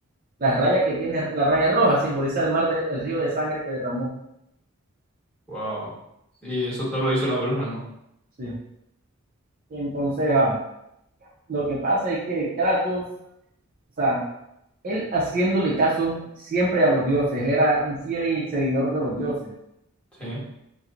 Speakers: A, on the right; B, in the centre.
A: las rayas que tiene, la raya roja simboliza el mar, de- el río de sangre que derramó.
B: Wow. Y eso todo lo hizo la bruja, ¿no?
A: Sí. Entonces, ah, lo que pasa es que Kratos, o sea, él haciéndole caso siempre a los dioses, él era un fiel seguidor de los dioses.
B: Sí.